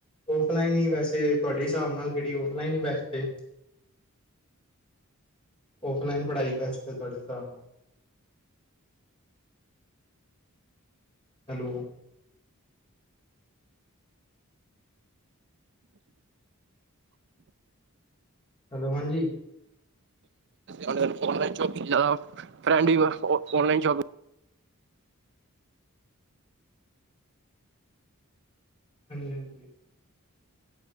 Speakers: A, on the left; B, on the right.
A: ਓਫਲਾਈਨ ਹੀ ਵੈਸੇ ਤੁਹਾਡੇ ਹਿਸਾਬ ਨਾਲ ਕਿਹੜੀ ਓਫਲਾਈਨ ਹੀ ਬੈਸਟ ਏ। ਔਫਲਾਈਨ ਪੜ੍ਹਾਈ ਬੈਸਟ ਹੈ ਤੁਹਾਡੇ ਹਿਸਾਬ ਨਾਲ। ਹੈਲੋ। ਹੈਲੋ ਹਾਂਜੀ।
B: ਆਨਲਾਈਨ ਸ਼ਾਪਿੰਗ ਆ ਫਰੈਂਡ ਔਨਲਾਈਨ ਸ਼ੋਪਿੰਗ
A: ਹਾਂਜੀ ਹਾਂਜੀ।